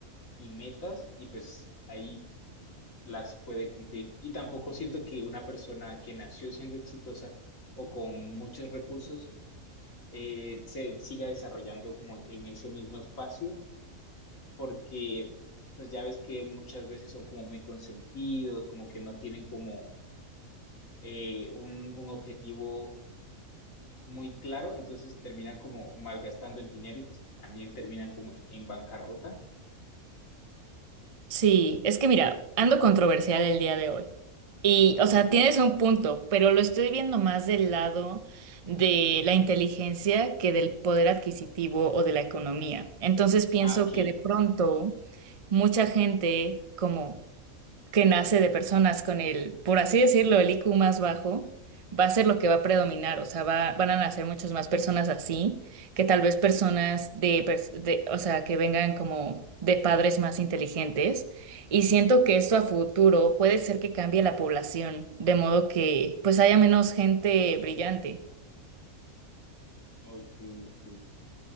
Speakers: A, on the left; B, on the right.
A: y metas y pues ahí las puede cumplir. Y tampoco siento que una persona que nació siendo exitosa o con muchos recursos eh, se siga desarrollando como en ese mismo espacio porque pues ya ves que muchas veces son como muy consentidos, como que no tienen como eh, un, un objetivo muy claro, entonces terminan como malgastando el dinero y pues, también terminan como en, en bancarrota.
B: Sí, es que mira, ando controversial el día de hoy. Y,
A: <laughs>
B: o sea, tienes un punto, pero lo estoy viendo más del lado de la inteligencia que del poder adquisitivo o de la economía. Entonces pienso
A: Ah, ok,
B: que de pronto mucha gente como que nace de personas con el, por así decirlo, el I Q más bajo, va a ser lo que va a predominar, o sea, va- van a nacer muchas más personas así que tal vez personas de, pers- de, o sea, que vengan como de padres más inteligentes. Y siento que esto a futuro puede ser que cambie la población, de modo que pues haya menos gente brillante.
A: ok, ok.